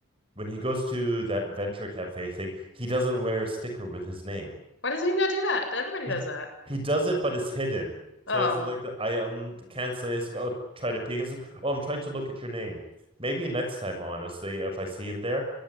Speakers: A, on the right; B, on the left.
A: When he goes to that venture cafe thing, he doesn't wear a sticker with his name.
B: Why does he not do that? Everybody
A: He
B: does
A: d-
B: that.
A: he does it, but it's hidden. So
B: Oh.
A: it's like I um can't say it's like oh try to peek. It's like oh I'm trying to look at your name. Maybe next time, honestly, if I see him there,